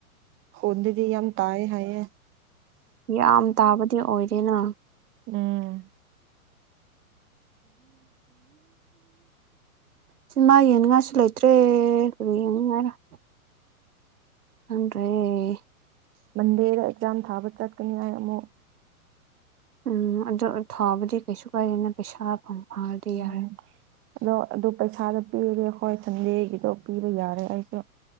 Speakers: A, on the right (about 25°); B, on the right (about 85°).
A: ꯍꯨꯗꯗꯤ ꯌꯥꯝ ꯇꯥꯌꯦ ꯍꯥꯏꯌꯦ
B: ꯌꯥꯝ ꯇꯥꯕꯗꯤ ꯑꯣꯏꯗꯦꯅ
A: ꯎꯝ
B: ꯁꯤ ꯃꯥꯏꯅ ꯉꯁꯤ ꯂꯩꯥꯏ <unintelligible> ꯈꯪꯗꯔꯦ
A: ꯃꯟꯗꯦꯗ ꯑꯦꯛꯖꯥꯝ ꯊꯥꯕ ꯆꯠꯀꯅꯤ ꯍꯥꯏ ꯑꯃꯨꯛ
B: ꯎꯝ ꯑꯗꯨꯗ ꯊꯥꯎꯕꯗꯤ ꯀꯩꯁꯨ ꯀꯥꯏꯦꯅ ꯄꯩꯁꯥ ꯐꯥꯎꯗꯤ
A: ꯎꯝ
B: ꯌꯥꯔꯦ
A: ꯑꯗꯣ ꯑꯗꯨ ꯄꯩꯁꯥꯗꯣ ꯄꯤꯔꯦ ꯍꯣꯏ ꯁꯟꯗꯦꯒꯤꯗꯣ ꯄꯤꯕ ꯌꯥꯔꯦ ꯑꯩꯁꯨ